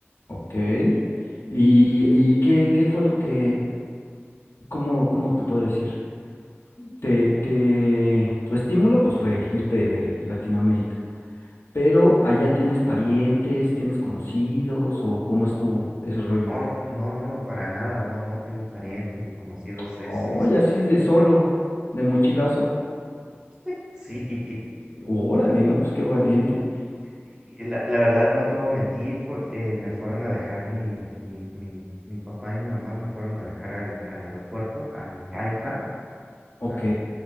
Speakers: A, on the left; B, on the right.
A: Ok. ¿Y, y qué, qué fue lo que, cómo, cómo te puedo decir? te, te, tu estímulo pues fue irte de Latinoamérica, pero allá tienes parientes, tienes conocidos o cómo estuvo ese rollo.
B: No, no, no, para nada, no, no tengo parientes ni conocidos, es,
A: Oye,
B: es,
A: así de solo, de mochilazo.
B: <laughs> sí.
A: Órale,
B: Mm.
A: ¿no? Pues qué valiente.
B: Y la, la verdad no te voy a mentir, cu- eh, me fueron a dejar mi, mi, mi, mi papá y mi mamá me fueron a dejar al, al aeropuerto, al AIFA,
A: Ok,
B: ¿no?